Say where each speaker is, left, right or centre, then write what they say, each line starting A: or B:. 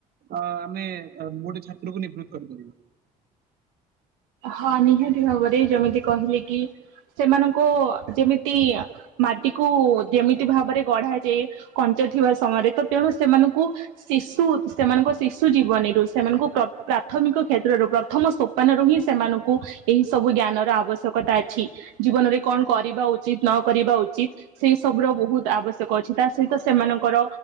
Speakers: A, on the right; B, on the right.
A: ଅ ଆମେ ଗୋ ଗଟେ ଛାତ୍ରକୁ ନିବୃତ କରିପାରିବୁ?
B: ହଁ ନିହାତି ଭାବରେ ଯେମିତି କହିଲେ କି ସେମାନଙ୍କ ଯେମିତି ମାଟିକୁ ଯେମିତି ଭାବରେ ଗଢ଼ାଯାଏ ଥିବା ସମୟରେ ତ ତେଣୁ ସେମାନଙ୍କୁ ଶିଶୁ ସେମାନଙ୍କ ଶିଶୁ ଜୀବନୀରୁ ସେମାନଙ୍କୁ ପ୍ରାଥମିକ କ୍ଷେତ୍ରର ପ୍ରଥମ ସୋପାନ ର ହିଁ ସେମାନଙ୍କୁ ଏହି ସବୁ ଜ୍ଞାନ ର ଆବଶ୍ୟକତା ଅଛି, ଜୀବନରେ କଣ କରିବା ଉଚିତ ନ କରିବା ଉଚିତ ସେଇ ସବ ର ବହୁତ ଆବଶ୍ୟକ ଅଛି, ତା ସହିତ ସେମାନଙ୍କର